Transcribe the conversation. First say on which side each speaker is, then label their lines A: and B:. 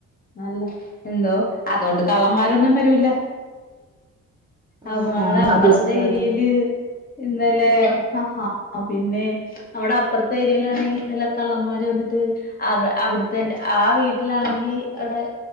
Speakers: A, on the left; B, on the right.
A: നല്ല എന്തോ അതോണ്ട് കള്ളന്മാരൊന്നും വരൂല. അമ്
B: ആ
A: ങ്ങടെ
B: ആ
A: അപ്പർത്തേരിയേല്
B: അത് സുഖാണ്
A: ഇന്നലെ അഹഹ പിന്നെ അവടെ അപ്പർത്തെ ഏരിയിലാണെങ്കിണ്ടല്ലോ കള്ളന്മാര് വന്നിട്ട് അവ് അവിടുത്തെൻ ആ വീട്ടിലാണെങ്കി അവ്ടെ